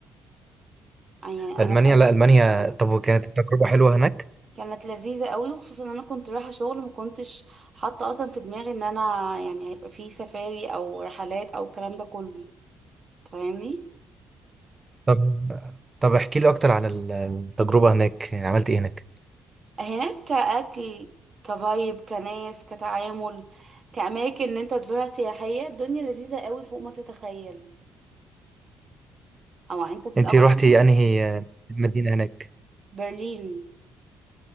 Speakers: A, on the right (about 40°); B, on the right (about 25°).
A: يعني
B: ألمانيا
A: انا في اماكن
B: لا ألمانيا
A: اه
B: طب وكانت التجربة حلوة هناك
A: كانت لذيذة قوي وخصوصا ان انا كنت رايحة شغل ما كنتش حاطة اصلا في دماغي ان انا يعني هيبقى في سفاري او رحلات او الكلام ده كله فاهمني
B: طب طب احكي لي اكتر على التجربة هناك يعني عملت ايه هناك
A: هناك كأكل كفايب كناس كتعامل كأماكن ان انت تزورها سياحية الدنيا لذيذة قوي فوق ما تتخيل او انت في
B: انت
A: الاول
B: روحتي
A: كده
B: انهي مدينة هناك
A: برلين